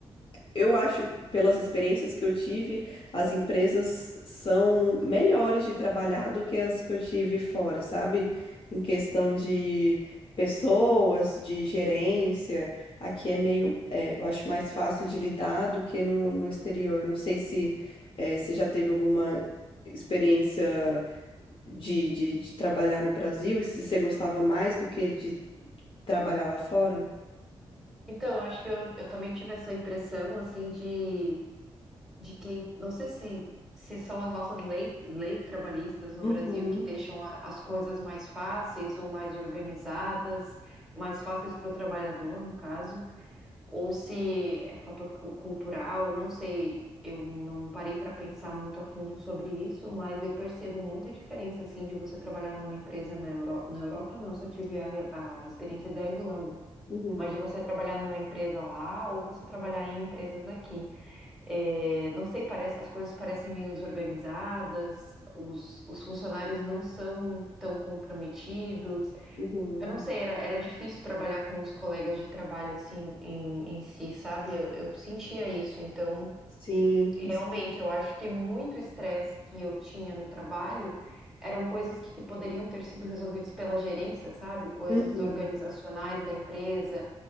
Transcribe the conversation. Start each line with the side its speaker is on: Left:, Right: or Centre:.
Left: eu acho, pelas experiências que eu tive, as empresas são melhores de trabalhar do que as que eu tive fora, sabe? Em questão de pessoas, de gerência, aqui é meio, eh, eu acho mais fácil de lidar do que no, no exterior. Não sei se eh, você já teve alguma experiência de, de de trabalhar no Brasil e se você gostava mais do que de trabalhar lá fora.
Centre: Então, acho que eu, eu também tive essa impressão, assim, de, de que, não sei se, se são as nossas leis, leis trabalhistas no
Left: Uhum,
Centre: Brasil que deixam a- as coisas mais fáceis ou mais organizadas, mais fáceis para o trabalhador, no caso. ou se é fator cu- cultural, não sei. Eu não parei para pensar muito a fundo sobre isso, mas eu percebo muita diferença assim de você trabalhar numa empresa na Europa, na Europa não, eu só tive a, re- a experiência da Irlanda,
Left: uhum,
Centre: mas de você trabalhar numa empresa lá ou você trabalhar em empresas aqui. É, não sei, parece, as coisas parecem meio desorganizadas, os, os funcionários não são tão comprometidos.
Left: uhum.
Centre: Eu não sei, era, era difícil trabalhar com os colegas de trabalho assim em, em si, sabe? Eu, eu sentia isso. Então,
Left: Sim,
Centre: realmente,
Left: sim,
Centre: eu acho que muito estresse que eu tinha no trabalho eram coisas que poderiam ter sido resolvidas pela gerência, sabe? Coisas
Left: uhum,
Centre: organizacionais da empresa,